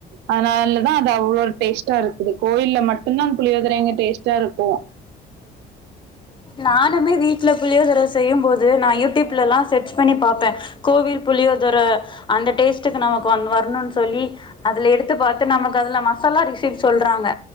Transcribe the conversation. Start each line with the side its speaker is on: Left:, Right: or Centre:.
Right: அதனாலதா அது அவ்ளோ ஒரு டேஸ்ட்டா இருக்கு கோயில மட்டுதா புளியோதிரெங்க டேஸ்ட்டா இருக்கு
Left: நானுமே வீட்ல புளியோதர செய்யும் போது நா யூடியூப்லல்லா செர்ச் பண்ணி பாப்பே கோவில் புளியோதுர அந்த டேஸ்ட்டுக்கு நமக்கு வ வரணுன் சொல்லி அதுல எடுத்து பாத்து நமக்கு அதுல மசாலா ரிசீப் சொல்றாங்க